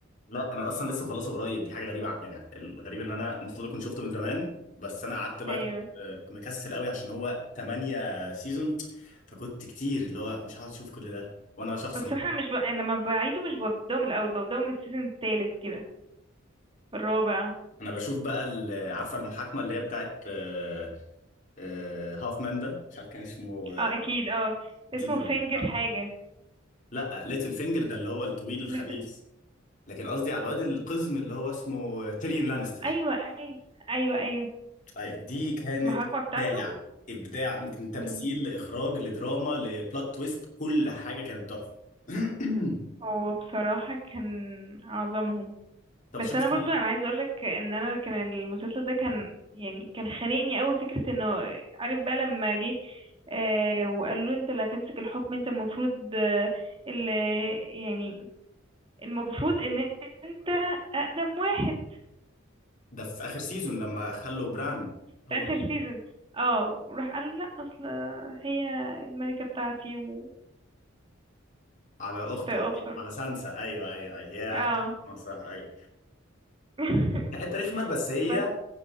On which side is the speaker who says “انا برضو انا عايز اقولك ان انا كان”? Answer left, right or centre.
Right